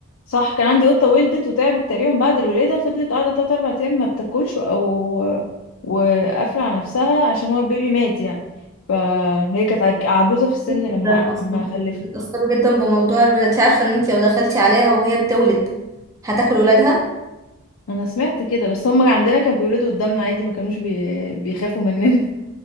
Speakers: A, on the left (about 70°); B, on the right (about 15°).
A: صح كان عندي قطة ولدت وتعبت تقريبا بعد الولادة فضلت قاعدة تلات أربع أيام ما بتاكلش أو وقافلة على نفسها عشان هو البيبي مات يعني فهي كانت عج- عجوزة في السن
B: كتير
A: لما
B: جدا اصلا
A: لما خلفت
B: بيتاثروا جدا بموضوع الولاد انت عارفه ان انت لو دخلتي عليها وهي بتولد هتاكل ولادها
A: أنا سمعت كده بس هم عندنا كانوا بيولدوا قدامنا عادي ما كانوش بي... بيخافوا مننا